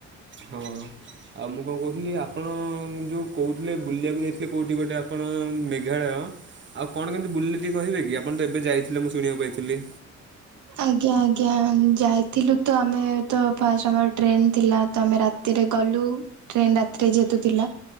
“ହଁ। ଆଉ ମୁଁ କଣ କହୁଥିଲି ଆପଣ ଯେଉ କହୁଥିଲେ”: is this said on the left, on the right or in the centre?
Right